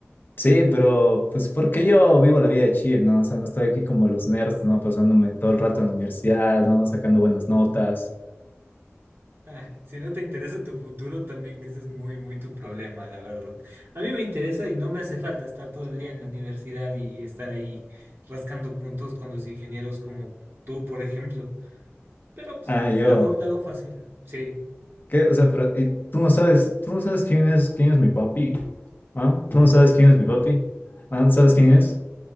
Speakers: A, on the left; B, on the right.
A: Sí, pero pues porque yo vivo la vida de chill, ¿no? O sea, no estoy aquí como los nerds, ¿no? Pasándome todo el rato en la universidad, ¿no? Sacando buenas notas.
B: Ah, si no te interesa tu futuro, también que ese es muy, muy tu problema, la verdad. A mí me interesa y no me hace falta estar todo el día en la universidad y estar ahí rascando puntos con los ingenieros como tú, por ejemplo. Pero pues,
A: Ah, yo.
B: la hago, la hago fácil. Sí.
A: ¿Qué? O sea, pero ¿y tú no sabes, tú no sabes quién es, quién es mi papi? ¿Ah? ¿Tú no sabes quién es mi papi? ¿Ah? ¿Sabes quién es?